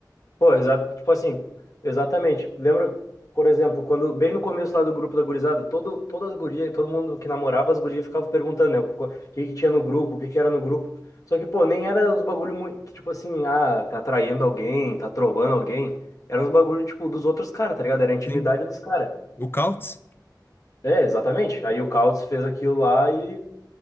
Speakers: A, on the left; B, on the left.
A: pô, exa tipo assim, exatamente. Lembra, por exemplo, quando bem no começo lá do grupo da gurizada, todo, todas as gurias, todo mundo que namorava as gurias ficava perguntando, né, o co- que que tinha no grupo, o que que era no grupo. Só que, pô, nem era os bagulho muito, que, tipo assim, ah, tá traindo alguém, tá trovando alguém. Eram os bagulho, tipo, dos outros caras, tá ligado? Era a intimidade
B: Sim.
A: dos caras.
B: O Cautz?
A: É, exatamente. Aí o Caos fez aquilo lá e